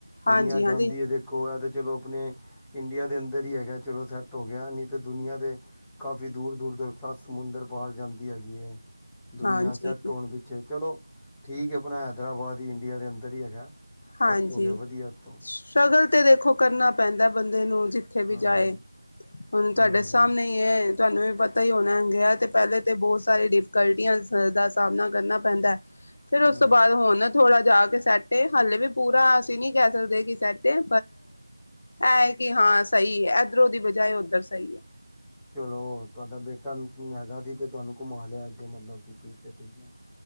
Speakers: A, in the centre; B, on the left.
A: ਦੁਨੀਆਂ
B: ਹਾਂਜੀ ਹਾਂਜੀ।
A: ਜਾਂਦੀ ਹੈਦੇ ਹੈ ਤੇ ਚਲੋ ਆਪਣੇ ਇੰਡੀਆ ਦੇ ਅੰਦਰ ਹੀ ਹੈਗਾ ਚਲੋ ਸੈੱਟ ਹੋ ਗਿਆ ਨਹੀਂ ਤੇ ਦੁਨੀਆਂ ਦੇ ਕਾਫੀ ਦੂਰ- ਦੂਰ ਤੋਂ ਸੱਤ ਸਮੁੰਦਰ ਬਾਹਰ ਜਾਂਦੀ ਹੈਗੀ ਏ ਦੁਨੀਆਂ
B: ਹਾਂਜੀ
A: ਸੈਟ ਹੋਣ ਪਿੱਛੇ ਚਲੋ ਠੀਕ ਹੈ ਆਪਣਾ ਹੈਦਰਾਬਾਦ ਹੀ ਇੰਡੀਆ ਦੇ ਅੰਦਰ ਹੀ ਹੈਗਾ।
B: ਹਾਂਜੀ
A: ਸੈੱਟ ਹੋ ਗਿਆ ਵਧੀਆ ਤੋਂ
B: ਸਟਰ੍ਰਗਲ ਤੇ ਦੇਖੋ ਕਰਨਾ ਪੈਂਦਾ ਬੰਦੇ ਨੂੰ ਜਿੱਥੇ ਵੀ
A: ਹੂੰ
B: ਜਾਏ ਹੁਣ ਤੁਹਾਡੇ
A: ਹੂੰ
B: ਸਾਹਮਣੇ ਹੀ ਏ ਤੁਹਾਨੂੰ ਵੀ ਪਤਾ। ਪਤਾ ਹੀ ਹੋਣਾ ਹੈਗੇ ਤੇ ਪਹਿਲੇ ਤਾਂ ਬਹੁਤ ਸਾਰੇ ਡਿਫਕਲਟੀਆਂ ਦਾ ਸਾਹਮਣਾ ਕਰਨਾ ਪੈਂਦਾ ਫਿਰ ਉਸ
A: ਹੂੰ।
B: ਤੋਂ ਬਾਅਦ ਹੁਣ ਨਾ ਥੋੜ੍ਹਾ ਜਾ ਕੇ ਸੈਟ ਏ ਹਾਲੇ ਵੀ ਪੂਰਾ ਅਸੀਂ ਨੀ ਕਹਿ ਸਕਦੇ ਕਿ ਸੈਟ ਏ ਐ ਕਿ ਹਾਂ ਸਹੀ ਏ ਇੱਧਰੋਂ ਦੀ ਵਜਾ ਉੱਧਰ ਸਹੀ ਏ
A: ਚਲੋ ਤੁਹਾਡਾ ਬੇਟਾ ਮੈਗਾ ਸੀ ਤੇ ਤੁਹਾਨੂੰ ਘੁੰਮਾ ਲਿਆ ਕਿ ਮਤਲਬ ਹੈ ਠੀਕ ਹੈ।